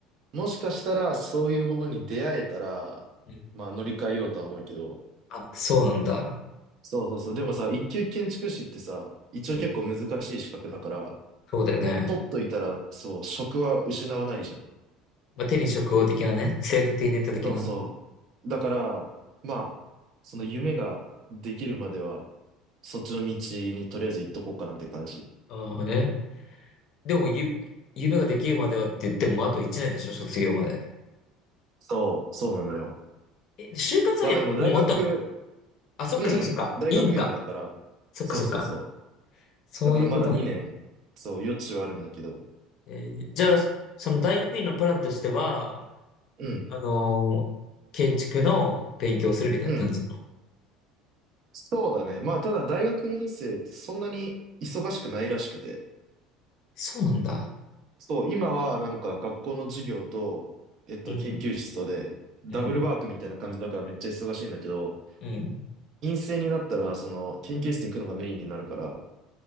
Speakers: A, on the right; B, on the left.
A: もしかしたらそういうものに出会えたら、
B: うん
A: まあ乗り換えようとは思うけど、
B: あ、そうなんだ。
A: そうそうそう。でもさ、一級建築士ってさ、一応結構難しい資格だから、
B: うん。そうだよね。
A: 取っといたら、そう、職は失わないじゃん。
B: まあ、手に職業的なね。セーフティーネット的な。
A: そうそう。だから、まあ、その夢ができるまでは、そっちの道にとりあえず行っとこうかなって感じ。
B: ああね。でもゆ、夢ができるまではって言っても、あと1年でしょ、卒業まで。
A: そう、そうなのよ。
B: え、就活はや、
A: まあでも大学、
B: もう終わったのあ、そっかそっかそっか。
A: うん、大学院だから、
B: いいんか。そっかそっか。
A: そうそうそう。
B: そういうことね。
A: だからまだ2年、そう、余地はあるんだけど、
B: えーじゃあ、その大学院のプランとしては、
A: うん、
B: あのー建築の勉強をするみたいな感じ。
A: うん。そうだね。まあただ大学院生、そんなに忙しくないらしくて。
B: そうなんだ。
A: そう、今はなんか学校の授業と、えっと、
B: うん、
A: 研究室とで、ダブルワークみたいな感じだからめっちゃ忙しいんだけど、
B: うん、うん。
A: 陰性になったら、その、研究室行くのがメインになるから、